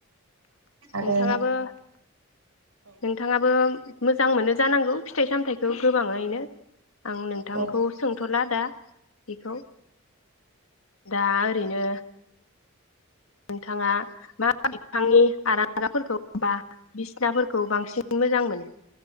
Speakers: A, on the right (about 80°); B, on the left (about 75°).
A: आरो
B: नोंथाङाबो
A: औ
B: नोंथाङा बो मोजां मोनो जानांगौ फिथाइ सामथाइखौ गोबाङैनो आं
A: औ
B: नोंथांखौ सोंथ'ला दा बेखौ दा ओरैनो नोंथाङा मा बिफांनि आरांगाफोरखौ बा बिसिनाफोरखौ बांसिन मोजां मोनो